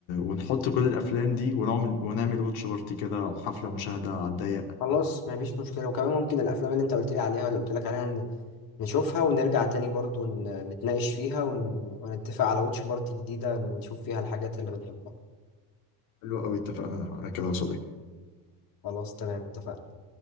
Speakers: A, on the left (about 85°); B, on the left (about 45°).
A: ونحط كل الافلام دي ونعمل ونعمل واتش بارتي كده او حفلة مشاهدة على الضيق
B: خلاص مفيش مشكلة وكمان ممكن الأفلام اللي أنت قلت لي عليها اللي قلت لك عليها ن- نشوفها ونرجع تاني برضو ن- نتناقش فيها ون... ونتفق على واتش بارتي جديدة نشوف فيها الحاجات اللي بنحبها
A: حلو قوي اتفقنا على كده يا صديقي
B: خلاص تمام اتفقنا